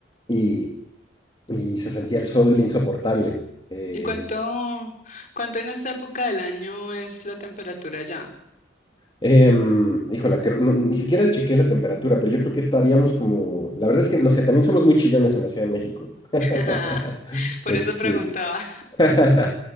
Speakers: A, on the left; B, on the left.
A: y, y se sentía el sol insoportable. Eh,
B: ¿Y cuánto, cuánto en esta época del año es la temperatura ya?
A: Em, híjola, que no- ni siquiera chequé la temperatura, pero yo creo que estaríamos como, la verdad es que no sé, también somos muy chillones en la Ciudad de México. <laughs>
B: <laughs> Por
A: Este,
B: eso preguntaba.
A: <laughs>